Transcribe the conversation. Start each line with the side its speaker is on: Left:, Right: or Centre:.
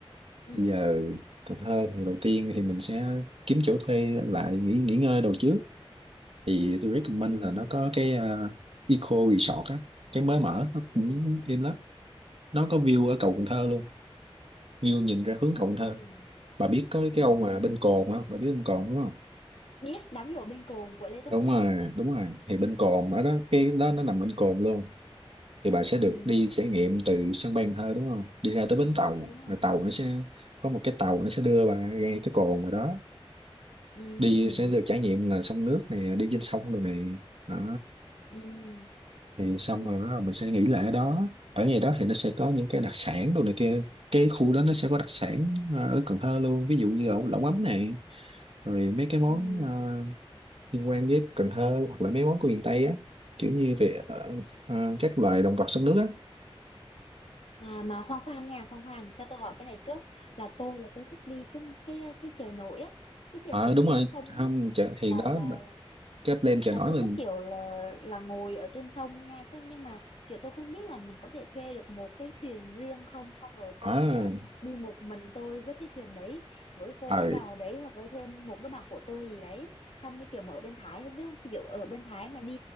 Left: ừ
Right: bây giờ Cần Thơ thì đầu tiên thì mình sẽ kiếm chỗ thuê lại nghỉ nghỉ ngơi đầu trước thì tôi recommend
Left: ừ
Right: là nó có cái ờ, Eco Resort á cái mới mở nó
Left: ừ
Right: cũng im lắm nó có view ở cầu Cần Thơ luôn view nhìn ra hướng
Left: à
Right: cầu Cần Thơ bà biết có
Left: ừ
Right: cái ông mà
Left: hứ.
Right: bên Cồn không bà biết bên Cồn đúng không
Left: biết đám giỗ bên cồn của Lê Tuấn
Right: đúng
Left: Hoàng
Right: rồi đúng rồi thì bên Cồn ở đó cái đó nó nằm bên Cồn luôn thì bà sẽ
Left: ừ
Right: được đi trải nghiệm từ sân bay Cần Thơ đúng không đi ra tới bến tàu
Left: đúng
Right: rồi
Left: rồi
Right: tàu nó sẽ có một cái tàu nó sẽ đưa bà ra cái cồn rồi đó
Left: ừ
Right: đi sẽ được trải nghiệm là sông nước nè đi trên sông rồi này đó
Left: ừ
Right: thì xong
Left: ừ
Right: rồi bắt đầu mình sẽ nghỉ lại ở đó ở ngày đó thì nó sẽ có những cái đặc sản đồ này kia cái khu đó nó sẽ có đặc sản ờ, ở Cần Thơ luôn ví dụ như lẩu lẩu mắm này rồi mấy cái món
Left: ừ
Right: ờ, liên quan với Cần Thơ hoặc là mấy món của miền Tây á kiểu như về ờ, ờ, các loài động vật sống nước á
Left: à, mà khoan khoan nha khoan khoan cho tôi hỏi cái này trước là tôi là tôi thích đi cái cái cái chợ nổi á cái chợ
Right: ờ
Left: nổi
Right: đúng
Left: trên
Right: rồi
Left: sông
Right: không
Left: á
Right: chợ, thì
Left: là
Right: đó
Left: là
Right: cái plan chợ
Left: là
Right: nổi
Left: tôi
Right: mình
Left: thích kiểu là là ngồi ở trên sông nha thế nhưng mà kiểu tôi không biết là mình có thể thuê được một cái thuyền riêng không xong rồi tôi
Right: ở
Left: sẽ đi một mình tôi với cái thuyền đấy với cái cô
Right: ờ
Left: lái đò đấy hoặc với thêm một đứa bạn của tôi gì đấy xong như kiểu mà ở bên Thái không biết không kiểu ở bên Thái mà đi